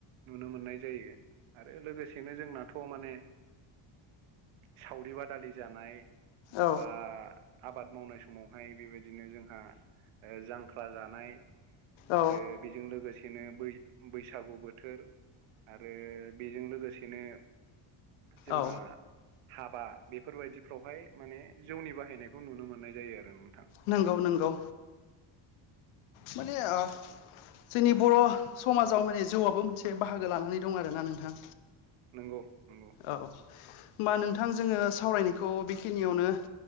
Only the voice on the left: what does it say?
औ
औ
औ
नंगौ नंगौ माने ओ जोंनि बर' समाजाव माने जौआबो मोनसे बाहागो लानानै दं आरोना नोंथां।
औ होमबा नोंथां जोङो सावरायनायखौ बेखिनियावनो